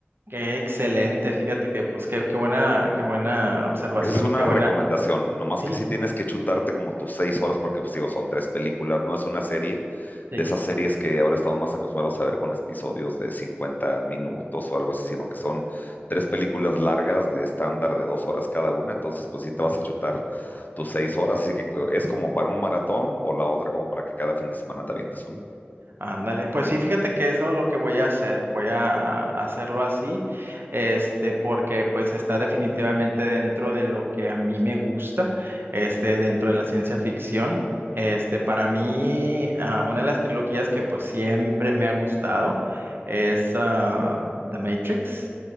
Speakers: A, on the right; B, on the left.
A: qué excelente, fíjate que, pues qué, qué buena, qué buena observación
B: Esa es una
A: y qué buena,
B: recomendación, nomás
A: sí,
B: que si tienes que chutarte como tus seis horas, porque pues digo, son tres películas, no es una serie
A: sí.
B: de esas series que ahora estamos más acostumbrados a ver con episodios de 50 minutos o algo así, sino que son tres películas largas de estándar de dos horas cada una, entonces pues sí te vas a chutar tus seis horas, así que co- es como para un maratón o la otra como para que cada fin de semana te avientes uno.
A: Ándale, pues sí, fíjate que eso es lo que voy a hacer, voy a a hacerlo así, este, porque pues está definitivamente dentro de lo que a mí me gusta, este, dentro de la ciencia ficción. Este, para mí, ah, una de las trilogías que pues siempre me ha gustado es ah, The Matrix